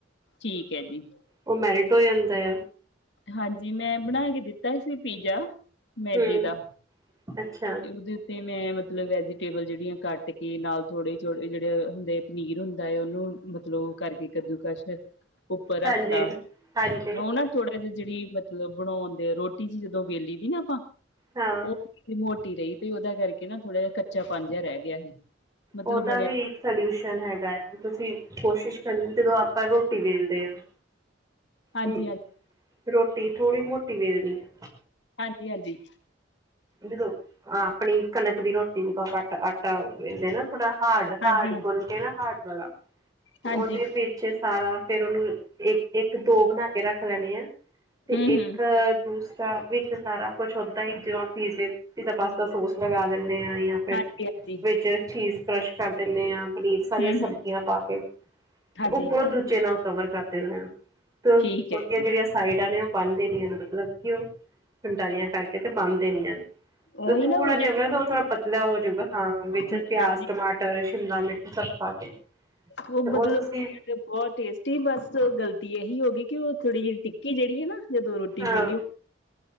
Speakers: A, on the left; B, on the right.
A: ਠੀਕ ਹੈ ਜੀ
B: ਉਹ ਮੈਲਟ ਹੋ ਜਾਂਦਾ ਐ।
A: ਹਾਂਜੀ, ਮੈਂ ਬਣਾ ਕੇ ਦਿੱਤਾ ਸੀ ਪੀਜ਼ਾ ਮੈਦੇ
B: ਹੂੰ
A: ਦਾ
B: ਅੱਛਾ
A: ਤੇ ਉਹਦੇ ਤੇ ਮੈਂ ਮਤਲਬ ਵੈਜੀਟੇਬਲ ਜਿਹੜੀਆਂ ਕੱਟ ਕੇ ਨਾਲ ਥੋੜੇ ਜਿਹੜੇ ਹੁੰਦੇ ਆ ਪਨੀਰ ਹੁਣ ਦਾ ਉਹਨੂੰ ਮਤਲਬ ਉਹ ਕਰਕੇ ਕੱਦੂ ਕਸ਼ ਉੱਪਰ ਰੱਖਤਾ,
B: ਹਾਂਜੀ ਹਾਂਜੀ
A: ਉਹ ਨਾ ਥੋੜਾ ਜਿਹਾ ਜਿਹੜੀ ਮਤਲਬ ਬਣਾਉਣ ਦੇ ਆ ਰੋਟੀ ਜਿਹੀ ਜਦੋਂ ਵੇਲੀ ਦੀ ਨਾ ਆਪਾਂ
B: ਹਾਂ।
A: ਉਹ ਮੋਟੀ ਰਹੀ ਤੇ ਉਹਦਾ ਕਰਕੇ ਨਾ ਥੋੜਾ ਜਿਹਾ ਕੱਚਾ ਪੰਣ ਜਿਹਾ ਰਹਿ ਗਿਆ ਸੀ। ਮਤਲਬ
B: ਉਹਦਾ
A: ਬਣਿਆ
B: ਵੀ ਇੱਕ ਸੋਲਿਊਸ਼ਨ ਹੈਗਾ। ਤੁਸੀਂ ਕੋਸ਼ਿਸ਼ ਕਰਨੀ ਜਦੋਂ ਆਪਾਂ ਰੋਟੀ ਵੇਲਦੇ ਹਾਂ।
A: ਹਾਂਜੀ
B: ਹਮ
A: ਹਾਂਜੀ
B: ਰੋਟੀ ਥੋੜੀ ਮੋਟੀ ਵੇਲਣੀ ਆ।
A: ਹਾਂਜੀ-ਹਾਂਜੀ।
B: ਜਦੋਂ ਆਪਣੀ ਕਣਕ ਦੀ ਰੋਟੀ ਜਦੋਂ ਆਪਾਂ ਆਟ ਆਟਾ ਵੇਲਦੇ ਨਾ ਥੋੜਾ ਹਾਰਡ-ਹਾਰਡ
A: ਹਾਂਜੀ
B: ਗੁੰਣ ਕੇ ਨਾ ਹਾਰਡ ਵਾਲਾ ਤੇ
A: ਹਾਂਜੀ
B: ਉਹਦੇ ਵਿੱਚ ਪੇ ਸਾਰਾ ਫੇਰ ਉਹਨੂੰ ਇੱਕ-ਇੱਕ ਢੋ ਬਣਾ ਕੇ ਰੱਖ ਲੈਣੇ ਆ। ਤੇ
A: ਹੂੰ
B: ਇੱਕ
A: ਹੂੰ
B: ਦੂਸਰਾ ਵਿੱਚ ਸਾਰਾ ਕੁਛ ਓਦਾਂ ਹੀ ਜ ਪੀੇਜੇ ਪੀਜ਼ਾ ਪਾਸਤਾ ਸੋਸ ਲਗਾ ਦਿੰਦੇ ਆ ਜਾਂ ਫੇਰ
A: ਹਾਂਜੀ ਹਾਂਜੀ
B: ਵਿੱਚ ਚੀਜ਼ ਕਰਸ਼ ਕਰ ਦਿੰਦੇ ਹਾਂ, ਪਨੀਰ
A: ਹੂੰ
B: ਸਾਰੀਆਂ ਸਬਜ਼ੀਆਂ
A: ਹੂੰ
B: ਪਾ ਕੇ
A: ਹਾਂਜੀ
B: ਉੱਪਰੋਂ ਦੁੱਧ ੱਚੇ ਨਾਲ ਕਵਰ ਕਰ ਦੇਣਾ ਆ ਤੇ
A: ਠੀਕ
B: ਉਹਦੀਆਂ
A: ਹੈ ਜੀ।
B: ਜਿਹੜੀਆਂ ਸਬ ਸਾਈਡਾਂ ਨੇ ਉਹ ਬੰਨ ਦੇਣੀਆਂ ਨੇ ਮਤਲਬ ਕਿ ਉਹ <unintelligible> ਕਰਕੇ ਤੇ ਬੰਨ ਦੇਣੀਆਂ ਨੇ, ਤੇ
A: ਉਹੀ
B: ਥੋੜਾ
A: ਨਾ ਉਹ
B: ਜਿਹਾ ਉਹਦਾ ਉਹ ਥੋੜਾ ਪਤਲਾ ਹੋਜੂਗਾ ਹਾਂ ਵਿੱਚ
A: ਜਿਹੜੇ
B: ਪਿਆਜ
A: ਹਾਂਜੀ
B: ਟਮਾਟਰ ਅ ਸ਼ਿਮਲਾ ਵਿੱਚ ਸਭ ਪਾ ਕੇ
A: ਉਹ
B: ਤੇ
A: ਬਦਲ
B: ਤੁਸੀਂ
A: ਚਿ ਬਹੁਤ ਟੇਸਟੀ ਬਸ ਗ਼ਲਤੀ ਇਹੀ ਹੋ ਗਈ ਕਿ ਉਹ ਥੋੜ੍ਹੀ ਜਿਹੀ ਟਿੱਕੀ ਜਿਹੜੀ ਐ ਨਾ, ਜਦੋਂ ਰੋਟੀ
B: ਹਾਂ
A: ਵੇਲੀ